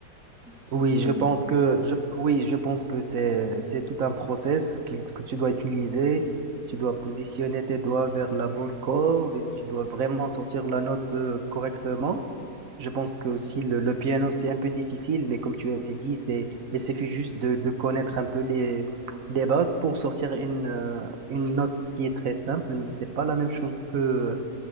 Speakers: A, in the centre; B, on the right.
A: toute
B: Oui,
A: une...
B: je pense
A: euh,
B: que je, oui, je pense que c'est c'est tout un process qu'il- que, tu dois utiliser. Tu dois positionner tes doigts vers la bonne corde et tu dois vraiment sortir la note euh, correctement. Je pense que aussi le, le piano c'est un peu difficile, mais comme tu as dit, c'est il suffit juste de, de connaître un peu les les bases pour sortir une euh, une note qui est très simple, mais c'est pas la même chose que